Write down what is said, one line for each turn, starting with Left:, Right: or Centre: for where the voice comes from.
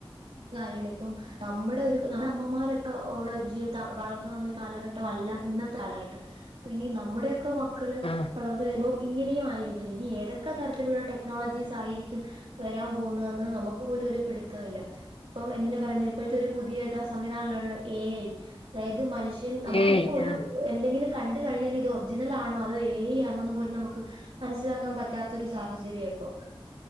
Right: ഒരു കാര്യാണ് ഇപ്പം നമ്മുടെ ഒരു നമ്മുടെ അമ്മമാരൊക്കെ ഉള്ള ഒരു ജീവിത വളർന്ന് വന്ന ഒരു കാലഘട്ടം അല്ല ഇന്നത്തെ കാലഘട്ടം ഇനി നമ്മുടെയൊക്കെ മക്കള്
Left: ആഹ്
Right: വളർന്ന് വരുമ്പൊ ഇങ്ങനെയും ആയിരിക്കില്ല. ഇനി ഏതൊക്കെ തരത്തില്ള്ള ടെക്നോളജീസ് ആയിരിക്കും വരാം പോവ്ന്നെന്ന് നമുക്ക് പോലും ഒര് പിടിത്തം ഇല്ല. ഇപ്പം എന്തിനാ പറയുന്നെ ഇപ്പോഴത്തെ ഒര് പുതിയ താ സംവിധാൻലൊള്ള എ ഐ അതായത് മനുഷ്യ.... എൻ അമുക്ക്
Left: ഏയ്
Right: ഇപ്പൊ ഒരു
Left: ആഹ്
Right: എന്തെങ്കിലും കണ്ട് കഴിഞ്ഞാല് ഇത് ഒറിജിനലാണൊ അതൊ ഏ ഐ ആണോന്ന് പോലും നമുക്ക് മൻസ്സിലാക്കാം പറ്റാത്തൊരു സാഹചര്യാ ഇപ്പൊ